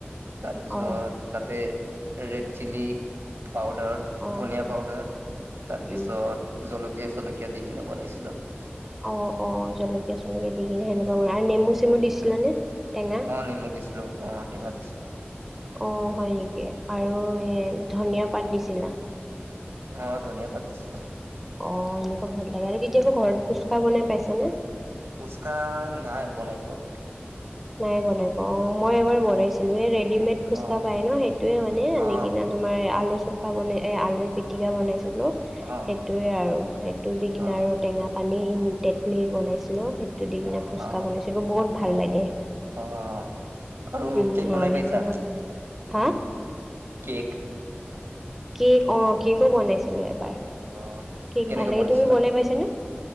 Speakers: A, on the right; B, in the centre.
A: তাৰপিছত
B: অ
A: তাতে ৰেড চিলি পাউদাৰ
B: অ
A: ধুনিয়া পাউদাৰ তাৰপিছত
B: উম
A: জলকীয়া কিয়া দি কিনে বনাইছিলো।
B: অ, অ জলকীয়া, চলকীয়া দি কিনে সেনেকুৱা বন আৰু নেমু, চেমু দিছিলানে টেঙা
A: অকল নেমু দি ছিলো অ' টেঙা দিছিলো।
B: অ, হয় নেকি আৰু এ ধুনিয়া পাত দিছিলা।
A: অ, ধনিয়া পাত দিছিলো।
B: অ, এনেকুৱা ভাল লাগে আৰু কেতিয়াবা ঘৰত ফুচকা বনাই পাইছা নে?
A: ফুচকা নাই বনাই পোৱা।
B: নাই বনাই। অ, মই এবাৰ বনাইছিলো।
A: অ
B: এই ৰেডিমেড ফুচকা
A: অ
B: পাই ন সেইটোৱে মানে আনি
A: অ অ
B: কিনে তোমাৰ আলু চ কা বনাই এই আলুৰ পিটিকা বনাইছিলো।
A: অ
B: সেইটোৱে আৰু সেইটো দি কিনে
A: অ
B: আৰু টেঙা পানী তেতলিৰ বনাইছিলো। সেইটো দি কিনে ফুচকা
A: অ
B: বনাইছিলো, বহুত ভাল লাগে।
A: অ'। আৰু
B: উম,
A: কেক
B: হয়
A: বনাই
B: সেনেকুৱা
A: পাইছা
B: ব হা।
A: কেক।
B: কেক অ, কেকো বনাইছিলো এবাৰ।
A: অ
B: কেক
A: কেনেকে
B: ভাল লাগে
A: বনাইছিলা,
B: তুমি বনাই পাইছানে